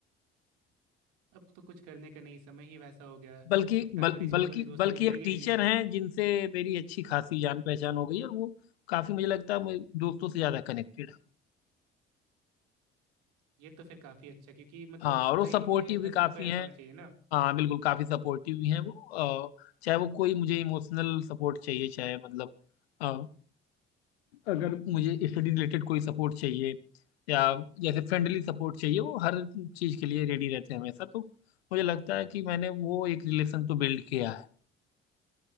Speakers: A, on the right; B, on the left.
A: अब तो कुछ करने का नहीं समय ही वैसा हो गया
B: बल्कि
A: अब प्राइमरी
B: बल,
A: स्कूल
B: बल्कि
A: वाली दोस्ती
B: बल्कि
A: मिलेगी
B: एक टीचर
A: भी नहीं
B: हैं जिनसे मेरी अच्छी खासी जान पहचान हो गई है, और वो काफी मुझे लगता है मैं दोस्तों से ज्यादा कनेक्टेड है
A: ये तो फिर काफ़ी अच्छा क्योंकि मतलब
B: हाँ और वो सपोर्टिव
A: लाइफ में
B: भी
A: हर समय
B: काफी
A: कोई ऐसा
B: हैं
A: होना चाहिए ना
B: हाँ बिल्कुल काफी सपोर्टिव भी हैं वो अ, चाहे वो कोई मुझे इमोशनल सपोर्ट चाहिए चाहे मतलब अ, अगर मुझे स्टडी रिलेटेड कोई सपोर्ट चाहिए या जैसे फ्रेंडली सपोर्ट चाहिए वो हर चीज के लिए रेडी रहते हैं हमेशा तो मुझे लगता है कि मैंने वो एक रिलेशन तो बिल्ड किया है